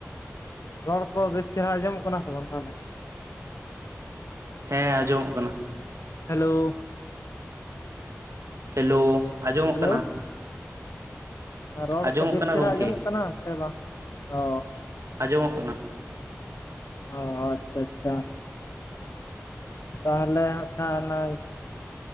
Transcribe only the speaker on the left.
ᱨᱚᱲ ᱠᱚ ᱵᱮᱥ ᱪᱮᱦᱨᱟ ᱟᱸᱡᱚᱢᱚᱜ ᱠᱟᱱᱟ ᱥᱮ ᱵᱟᱝ ᱛᱟᱦᱚᱞᱮ?
ᱦᱮᱞᱳ
ᱦᱮᱞᱳ
ᱨᱚᱲ
ᱠᱚ ᱵᱮᱥ
ᱪᱮᱦᱨᱟ
ᱟᱸᱡᱚᱢᱚᱜ ᱠᱟᱱᱟ ᱥᱮ ᱵᱟᱝ ᱚ
ᱚ ᱟᱪᱪᱷᱟ ᱟᱪᱪᱷᱟ ᱛᱟᱦᱚᱞᱮ ᱦᱟᱸᱜ ᱠᱷᱟᱱ ᱚᱱᱟ